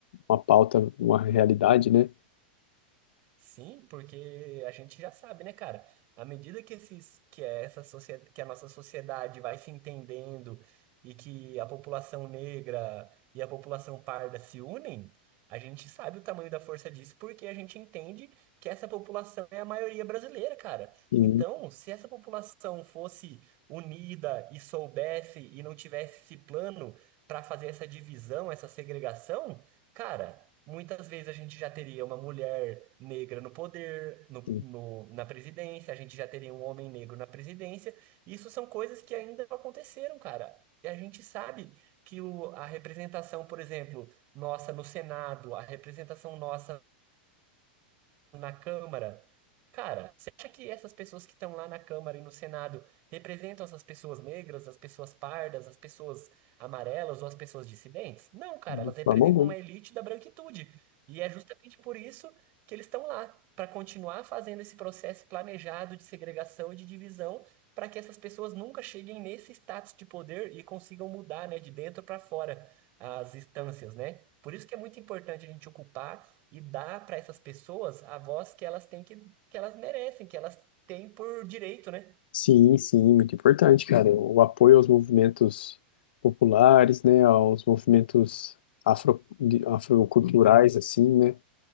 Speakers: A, on the left; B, on the right.
A: uma pauta, uma realidade, né?
B: Sim, porque a gente já sabe, né, cara? À medida que esses, que é essa sociedade, que a nossa sociedade vai se entendendo e que a população negra e a população parda se unem, a gente sabe o tamanho da força disso porque a gente entende que essa população é a maioria brasileira, cara.
A: E,
B: Então, se essa população fosse unida e soubesse e não tivesse esse plano para fazer essa divisão, essa segregação Cara, muitas vezes a gente já teria uma mulher negra no poder, no,
A: e
B: no- na presidência, a gente já teria um homem negro na presidência. Isso são coisas que ainda não aconteceram, cara. E a gente sabe que o, a representação, por exemplo, nossa no Senado, a representação nossa na Câmara. Cara, você acha que essas pessoas que estão lá na Câmara e no Senado representam essas pessoas negras, as pessoas pardas, as pessoas amarelas ou as pessoas dissidentes? Não, cara,
A: de
B: elas representam
A: forma alguma.
B: uma elite da branquitude. E é justamente por isso que eles estão lá, para continuar fazendo esse processo planejado de segregação e de divisão, para que essas pessoas nunca cheguem nesse status de poder e consigam mudar, né, de dentro para fora as instâncias, né? Por isso que é muito importante a gente ocupar e dar para essas pessoas a voz que elas têm que, que elas merecem, que elas têm por direito, né?
A: Sim, sim, muito importante, cara. O apoio aos movimentos populares, né, aos movimentos afro, de- afroculturais, assim, né,